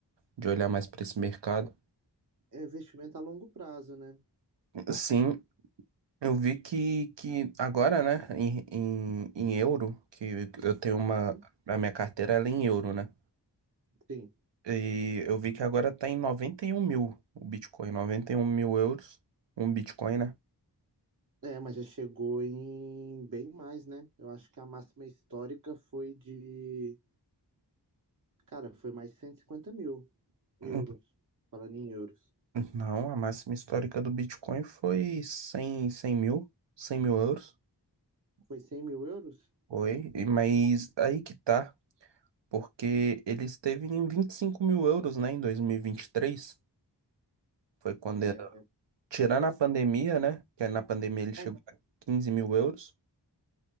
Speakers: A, on the right; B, on the right.
A: de olhar mais para esse mercado.
B: é investimento a longo prazo, né?
A: Sim, eu vi que, que agora, né, em, em, em euro, que eu tenho uma,
B: Uhum.
A: a minha carteira ela é em euro, né?
B: Sim.
A: E eu vi que agora tá em 91 mil o Bitcoin, 91 mil euros, um Bitcoin, né?
B: É, mas já chegou em bem mais, né? Eu acho que a máxima histórica foi de, cara, foi mais de 150 mil euros.
A: <laughs>
B: Falando em euros.
A: Hum, Não, a máxima histórica do Bitcoin foi cem cem mil, 100 mil euros,
B: Foi 100 mil euros?
A: foi, e- mas aí que tá, porque ele esteve em 25 mil euros, né, em dois mil e e vinte e três foi quando,
B: É,
A: era- tirando a pandemia, né, que na pandemia ele chegou
B: Aham.
A: a quinze mil euros,